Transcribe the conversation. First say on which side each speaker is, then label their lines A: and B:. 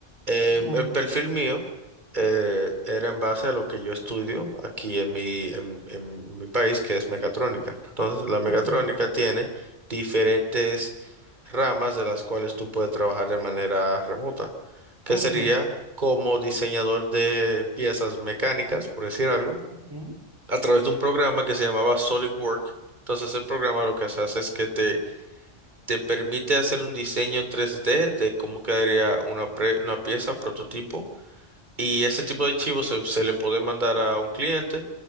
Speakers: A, on the right; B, on the right.
A: eh,
B: Ya,
A: el perfil mío eh, era en base a lo que yo estudio aquí en mi, en, en mi país, que es mecatrónica. Entonces, la mecatrónica
B: ok,
A: tiene diferentes ramas de las cuales tú puedes trabajar de manera remota, que
B: ok,
A: sería como diseñador de piezas mecánicas, por decir algo
B: ok.
A: a través de un programa que se llamaba SolidWorks. Entonces, el programa lo que se hace es que te, te permite hacer un diseño 3D de cómo quedaría una, pre- una pieza, prototipo, y ese tipo de archivos se, se le puede mandar a un cliente